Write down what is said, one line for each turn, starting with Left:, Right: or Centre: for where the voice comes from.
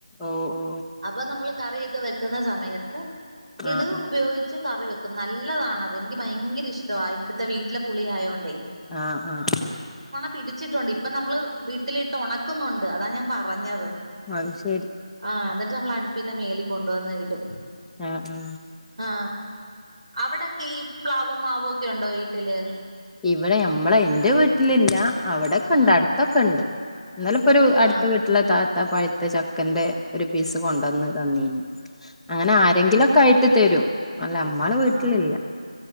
Centre: ഓ ഓ
Right: അപ്പൊ നമ്മള് കറിയൊക്കെ വെക്കുന്ന സമയത്ത് ഇത്
Centre: ആഹ്
Right: ഉപയോഗിച്ച് കറി വെ ക്കും നല്ലതാണത് എനിക്ക് ഭയങ്കര ഇഷ്ടവാ ഇവിടുത്തെ വീട്ടിലെ പുളിയായോണ്ടേ
Centre: ആ ആ ആ
Right: പിടിച്ചിട്ടുണ്ട് ഇപ്പൊ നമ്മള് വീട്ടിലിട്ട് ഒണക്കുന്നുണ്ട് അതാ ഞാൻ പറഞ്ഞത്
Centre: അഹ് ശ
Right: ആ ന്നി ത് നമ്മള്‌ അടുപ്പിന്റെ മേലിൽ കൊണ്ടുവന്ന്‌ ഇടും
Centre: ആ ആ
Right: ആ അവിടൊക്കെ ഈ പ്ലാവും മാവൊക്കെയൊണ്ടോ വീട്ടില്
Centre: ഇവിടെ നമ്മളെ ന്റെ വീട്ടിലില്ല അവിടെക്കെണ്ട്
Right: ആഹ്
Centre: അടുത്തൊക്കെണ്ട് ന്നലെപ്പൊരു അടുത്ത
Right: ആഹ്
Centre: വീട്ടുള്ള ത ത്ത പഴുത്ത ചക്കന്റെ രു ഒരീസം കൊണ്ടൊന്ന് തന്നീന് അങ്ങനെ ആരെങ്കിലൊക്കായിട്ട് തരും അല്ല നമ്മളെ വീട്ടിലില്ല
Right: ആ